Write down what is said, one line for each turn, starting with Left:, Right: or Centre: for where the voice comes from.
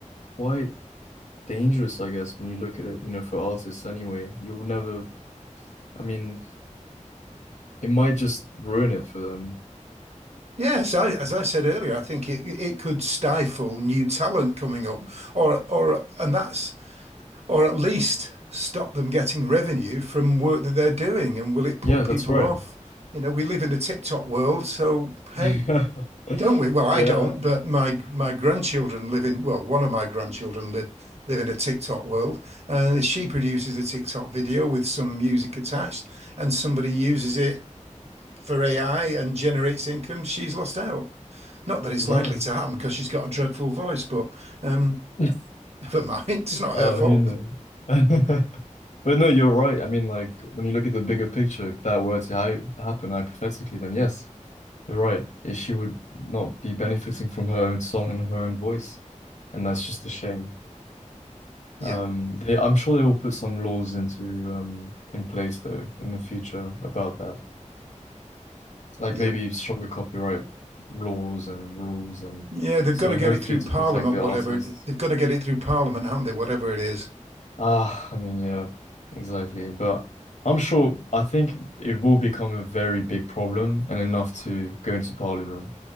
Left: quite dangerous, I guess, when you look at it, you know, for artists anyway. You'll never, I mean, it might just ruin it for them.
Right: Yes, I, as I said earlier, I think it it could stifle new talent coming up, or or and that's or at least stop them getting revenue from work that they're doing? And will it put
Left: Yeah,
Right: people
Left: that's right.
Right: off? You know, we live in a TikTok world, so hey,
Left: <laughs>
Right: don't we? Well, I
Left: Yeah,
Right: don't, but my my grandchildren live in, well, one of my grandchildren live live in a TikTok world, and she produces a TikTok video with some music attached, and somebody uses it for AI and generates income, she's lost out. Not that it's
Left: yeah.
Right: likely to happen because she's got a dreadful voice, but um,
Left: <laughs>
Right: <laughs> never mind, it's not
Left: Oh,
Right: her fault.
Left: who knows? <laughs> But no, you're right. I mean, like when you look at the bigger picture, if that were to ha happen hypothetically, then yes, you're right. If She would not be benefiting from her own song and her own voice, and that's just a shame.
Right: Yeah,
Left: Um, they, I'm sure they will put some laws into um in place though in the future about that, like
Right: yeah.
Left: maybe stronger copyright laws and rules, and
Right: Yeah, they've
Left: so
Right: got to get
Left: hopefully
Right: it through
Left: to
Right: Parliament,
Left: protect the
Right: whatever
Left: artists.
Right: it, they've got to get it through Parliament, haven't they? Whatever it is.
Left: Ah, I mean, yeah, exactly. But I'm sure I think it will become a very big problem and enough to go into parliament.